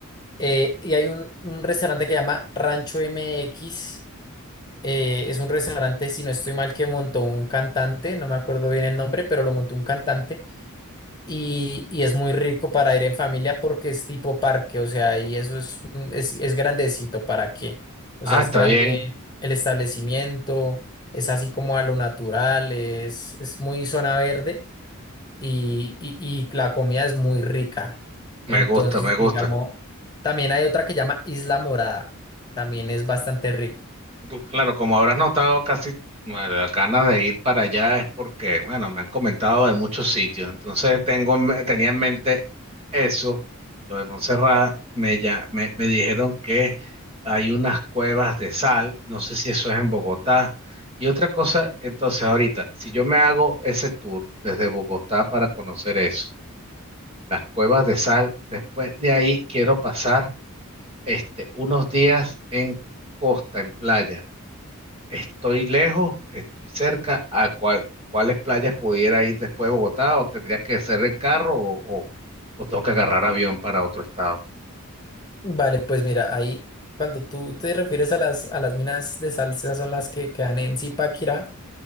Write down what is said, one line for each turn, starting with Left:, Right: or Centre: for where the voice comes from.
Left: Eh, y hay un, un restaurante que llama Rancho MX eh, es un restaurante, si no estoy mal, que montó un cantante, no me acuerdo bien el nombre, pero lo montó un cantante y, y es muy rico para ir en familia porque es tipo parque, o sea, y eso es, un- es, es grandecito, ¿para qué? O
Right: Ah,
Left: sea, es
Right: está
Left: grande
Right: bien,
Left: el establecimiento, es así como a lo natural, es, es muy zona verde y, y, y la comida es muy rica. Entonces,
Right: me gusta, me
Left: digamos,
Right: gusta.
Left: también hay otra que llama Isla Morada, también es bastante rica.
Right: Tú- Claro, como habrás notado, casi bueno, las ganas de ir para allá es porque, bueno, me han comentado de muchos sitios, entonces tengo, en me- tenía en mente eso, lo de Montserrat, me, ya, me, me dijeron que hay unas cuevas de sal, no sé si eso es en Bogotá, y otra cosa, entonces ahorita, si yo me hago ese tour desde Bogotá para conocer eso, las cuevas de sal, después de ahí quiero pasar. este, unos días en costa, en playa. ¿Estoy lejos? ¿Estoy cerca? ¿A cuál, cuáles playas pudiera ir después de Bogotá? ¿O tendría que ser en carro o, o, o tengo que agarrar avión para otro estado?
Left: Vale, pues mira, ahí cuando tú te refieres a las, a las minas de sal, esas son las que quedan en Zipaquirá,